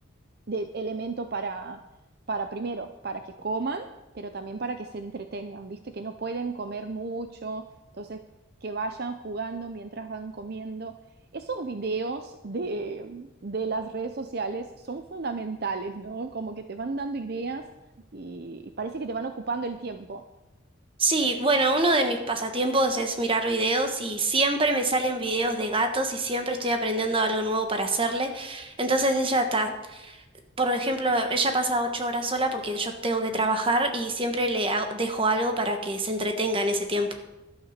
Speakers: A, on the right (about 50°); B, on the right (about 25°).
A: de elemento para, para primero, para que coman, pero también para que se entretengan, ¿viste? Que no pueden comer mucho, entonces que vayan jugando mientras van comiendo. Esos videos de, de las redes sociales son fundamentales, ¿no? Como que te van dando ideas y, y parece que te van ocupando el tiempo.
B: Sí, bueno, uno de mis pasatiempos es mirar videos y siempre me salen videos de gatos y siempre estoy aprendiendo algo nuevo para hacerle. Entonces ella está, por ejemplo, ella pasa ocho horas sola porque yo tengo que trabajar y siempre le hago- dejo algo para que se entretenga en ese tiempo.